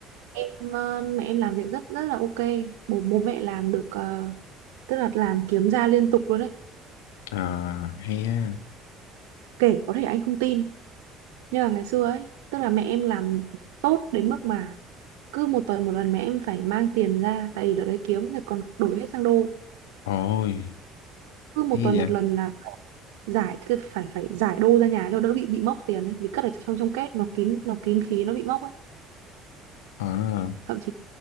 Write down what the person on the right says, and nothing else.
em ờ, mẹ em làm việc rất rất là ok bố bố mẹ làm được ờ, tức là làm kiếm ra liên tục luôn ấy
kể có thể anh không tin nhưng mà ngày xưa ấy tức là mẹ em làm tốt đến mức mà cứ một tuần một lần mẹ em phải mang tiền ra tại vì đợt đấy kiếm thì còn đổi hết sang đô
cứ một
tuần
một lần là giải cứ phải phải giải đô ra nhà cho đỡ bị bị mốc tiền ấy vì cất ở trong trong két nó kín nó kín khí nó bị mốc ấy
thậm chí